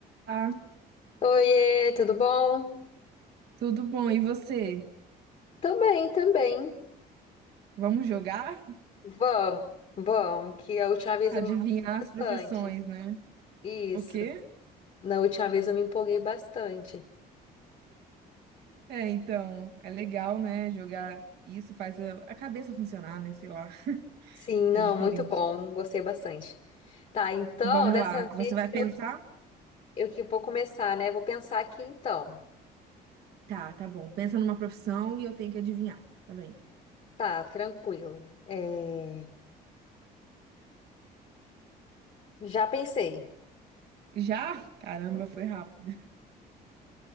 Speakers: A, on the right; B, on the left.
A: Ah,
B: Oiê, tudo bom?
A: tudo bom. E você?
B: Também, também.
A: Vamos jogar?
B: Vamos, vamos, que a última vez
A: Adivinhar
B: eu me empolguei bastante.
A: as profissões, né?
B: Isso,
A: O quê?
B: na última vez eu me empolguei bastante.
A: É, então, é legal, né? Jogar isso faz a, a cabeça funcionar, né? Sei lá,
B: Sim, não,
A: é diferente.
B: muito bom, gostei bastante. Tá, então,
A: Vamos
B: dessa
A: Tá, lá. Você
B: vez
A: vai pensar?
B: eu, eu que vou começar, né? Vou pensar aqui então.
A: Tá, tá bom. Pensa numa profissão e eu tenho que adivinhar. Tá bem.
B: Tá, tranquilo. É, já pensei.
A: Já? Caramba, foi rápido.